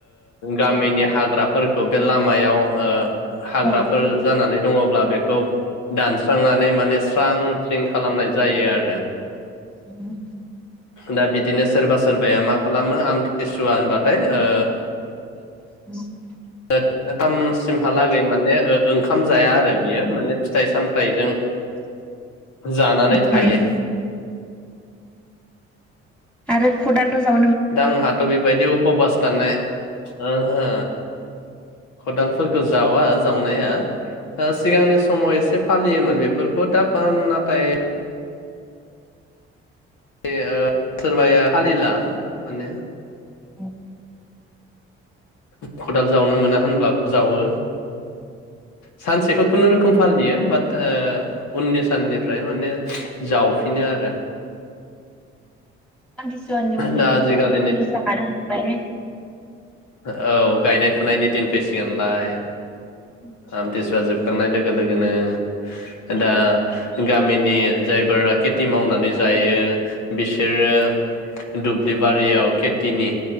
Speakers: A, on the left (about 70°); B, in the centre.
A: गामिनि हाग्राफोरखौ बे लामायाव ओ हाग्राफोर
B: औ
A: जानानै दङब्ला बेखौ दानस्रांनानै माने स्रां स्रिं खालामनाय जायो आरो
B: उम
A: दा बिदिनो सोरबा सोरबाया मा खालामो आमथिसुवा होनबाथाय ओ
B: <unintelligible>
A: <unintelligible> थामसिमहालागै माने ओ-ओंखाम जाया आरो बियो माने फिथाइ सामथाइजों जानानै थायो।
B: उम आरो खदालथ' जाव
A: दा आंहाथ' बेबायदि उपबास थानाय ओंहो खदालफोरखौ जावा जावनाया। ओ सिगांनि समाव एसे फालियोमोन बेफोरखौ दा <unintelligible> नाथाय <unintelligible> ओ सोरबाया फालिला माने
B: <unintelligible>
A: खदाल जावनो मोना होनब्लाबो जावो। सानसेखौ खुनुरोखोम फालियो बात ओ उननि साननिफ्राय माने जावफिनो आरो
B: आमथिसुवानि उननिफ्रायथ'
A: दा आजिखालिनि
B: ओरै दैज्लाङानो हाबबाय।
A: औ गायनाय फुनायनि दिन फैसिगोनलाय
B: औ
A: आमथिसुवा जोब खांनाय लोगो लोगोनो। दा गामिनि जायफोरा खेथि मावनानै जायो बिसोरो दुब्लि बारियाव खेथिनि